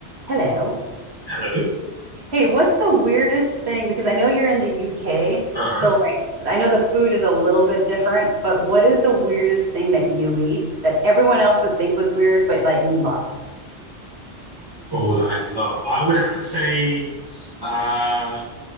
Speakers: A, on the right; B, on the right.
A: Hello.
B: Hello.
A: Hey, what's the weirdest thing? Because I know you're in the UK,
B: Uh-huh.
A: so like I know the food is a little bit different, but what is the weirdest thing that you eat that everyone else would think was weird, but that you love?
B: Oh, that I love. I would have to say uh